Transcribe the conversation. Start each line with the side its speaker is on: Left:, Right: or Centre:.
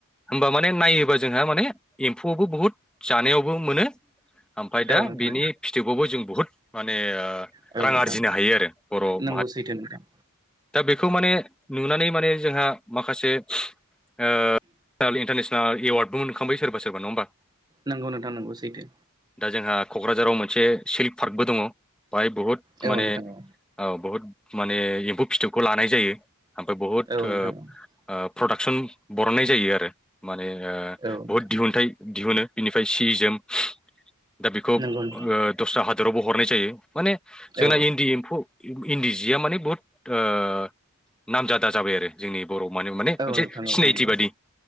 Centre: होमब होमबा माने नायोबा जोंहा माने एम्फौआवबो बुहुत जानायावबो मोनो ओमफाय दा
Right: औ नोंथां
Centre: बेनि फिथोबावबो जों बुहुद माने
Right: औ
Centre: रां
Right: औ नोंथां
Centre: आरजिनो हायो आरो बर'वाव
Right: नंगौ सैथो नोंथां।
Centre: दा बेखौ माने नुनानै माने जोंहा माखासे ओ नेनेल इन्टारनेसनेल ओ एवार्डबो मोनखांबाय सोरबा सोरबा नङा होनबा
Right: नोंगौ नोंथां नोंगौ सैथो
Centre: जोंहा क'क्राझाराव मोनसे सिल्क पार्कबो दङ बाहाय बुहुद
Right: औ
Centre: माने
Right: नोंथां औ
Centre: माने एम्फौ फिथोबखौ लानाय जायो ओमफाय बहुद
Right: औ
Centre: आ
Right: नोंथां औ
Centre: आ प्रडाक्सन बरननाय जायो आरो। माने ओ
Right: औ नोंथां
Centre: बहुद दिहुनथाइ दिहुनो बिनिफ्राय सि जोम दा बेखौ ओ
Right: नंगौ नोंथां
Centre: दस्रा हा दरावबो हरनाय जायो माने जोंना
Right: औ
Centre: इन्दि एम्फौ इन्दि जिया माने बुहुत ओ नामजादा जाबाय आरो जोंनि बर' मानो माने मोनसे
Right: औ नोंथां औ
Centre: सिनायथि
Right: नंगौ
Centre: बादि।